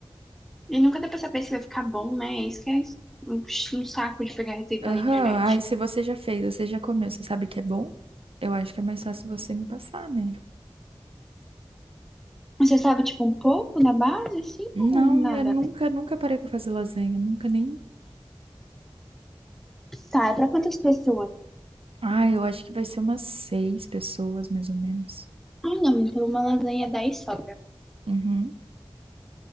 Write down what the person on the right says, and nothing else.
Aham,
Aí se você já fez, você já comeu, você sabe que é bom? Eu acho que é mais fácil você me passar, né?
Não,
eu nunca, nunca parei pra fazer lasanha, nunca nem.
Ah, eu acho que vai ser umas seis pessoas, mais ou menos.
Uhum.